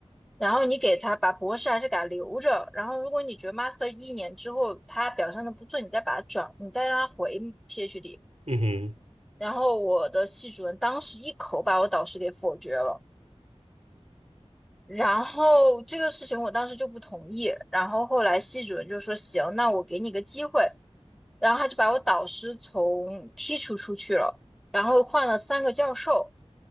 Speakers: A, in the centre; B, on the right.
A: 然后你给他把博士还是给他留着。然后如果你觉得 master 一年之后他表现的不错，你再把他转，你再让他回 PhD。
B: 嗯哼，嗯哼，
A: 然后我的系主任当时一口把我导师给否决了。然后这个事情我当时就不同意，然后后来系主任就说行，那我给你个机会，然后他就把我导师从剔除出去了，然后换了三个教授，